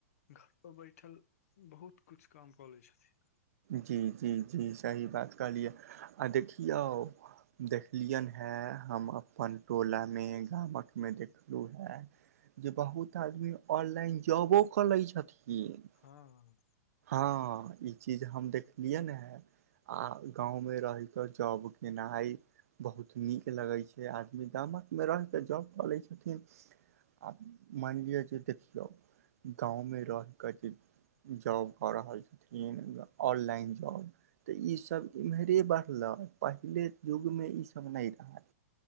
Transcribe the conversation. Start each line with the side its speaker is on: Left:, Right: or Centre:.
Left: घर पर बैठल बहुत कुछु काम कऽ लै छथिन।
Right: जी जी जी सही बात कहलिया आ देखियौ देखलियनि हेँ हम अपन टोलामे गामकमे देखलहुँ हेँ जे बहुत आदमी ऑनलाइन जॉबो कऽ लैत छथिन।
Left: हॉं।
Right: हॉं ई चीज हम देखलियैन हे। आ गाँवमें रहि कऽ जॉब केनाइ। बहुत नीक लगैत छै, आदमी गाममे रहि कऽ जॉब कऽ लैत छथिन। आ मानि लिअ जे देखियो, गाँवमे रहिकेऽ जे जाॅ कऽ रहल छथिन, ऑनलाइन जॉब। तऽ ईसब इम्हरे बढ़ले, पहिले युग में ईसब नहि रहै।